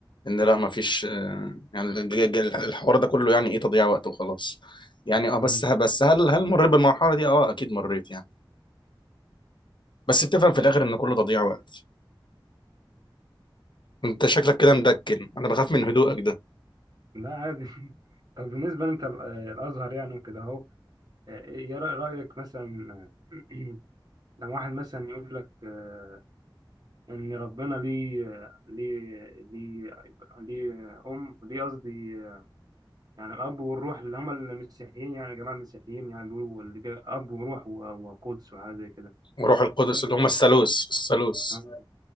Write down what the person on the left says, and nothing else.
ان لا مفيش آه... يعني الج- الج- الحوار ده كله يعني ايه تضييع وقت وخلاص يعني اه
بس بس هل هل مريت بالمرحلة دي اه اكيد مريت يعني بس بتفهم في الاخر ان كله تضييع وقت انت شكلك كده مدكن انا بخاف من هدوءك
وروح القدس
اللي هم
الثالوث الثالوث